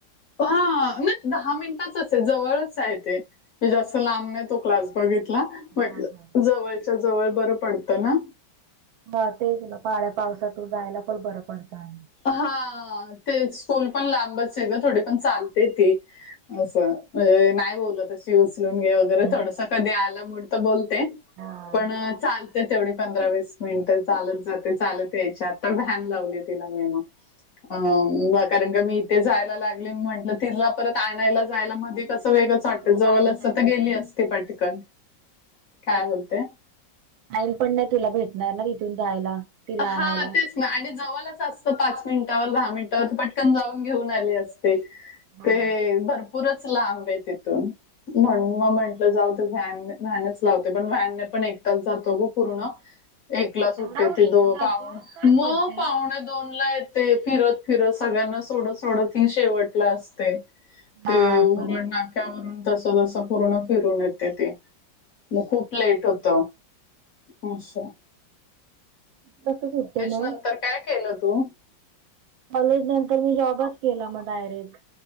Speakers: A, on the left (about 55°); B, on the right (about 85°).
A: ह नाही दहा मिनिटाचच आहे जवळच आहे ते जास्त लांब नाही तो क्लास. बघितला पटल
B: हा हा.
A: जवळच्या जवळ बरं पडतं ना.
B: हा तेच ना पाळ्या पावसातून जायला पण बरं पडतं.
A: हा ते स्कूल पण लांबच आहे ग थोडी पण चालते ते. असं म्हणजे नाही बोललं त उचलून घे वगैरे
B: हम्म.
A: थोडस कधी आला म तर बोलते
B: हा.
A: पण चालते तेवढी पंधरा वीस मिनिट चालत जाते चालत यायची आता व्यान लावली तिला मी मग. अ कारण का मी ते जायला लागले म्हटलं तिला परत आणायला जायला मध्ये कसं वेग चाटत
B: परत
A: जवळ
B: आईन
A: असतं
B: नाही
A: तर
B: भेटणार.
A: गेली असते पटकन, काय बोलते?
B: टाईम पण नाही तिला भेटणार ना तिथून जायला. तिला आणायला.
A: हा तेच ना आणि जवळच असतं पाच मिनिटावर दहा मिनिटावर तर पटकन जाऊन घेऊन आली अस ते
B: हा
A: ते भरपूरच लांब आहे तिथून. म्हणून मग म्हटलं जाऊ ते व्हॅन व्हॅनच लावते पण व्हॅनने पण एक तास जातो ग पूर्ण.
B: <inaudible>
A: एकला सुट्टी
B: एवढा उशीर
A: ती दो
B: जातो
A: पाहण
B: काय
A: मग
B: बोलते.
A: पाहुणे दोन ला य ते फिरत फिरत सगळ्यांना सोडत सोडत ही शेवटला असते.
B: बापरे!
A: ते <unintelligible> ना <unintelligible> तस पूर्ण फिरून येते ती मग खूप लेट होत. अच्छा.
B: कस सुटते मग?
A: नंतर काय केलं तू?
B: कॉलेज नंतर मी जॉबच केला मग डायरेक्ट